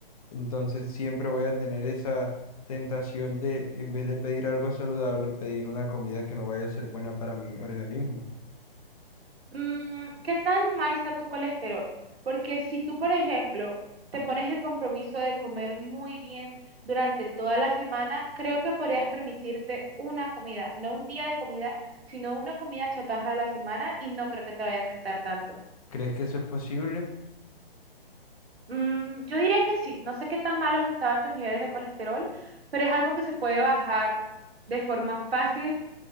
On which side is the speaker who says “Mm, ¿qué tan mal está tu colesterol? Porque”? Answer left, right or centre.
Right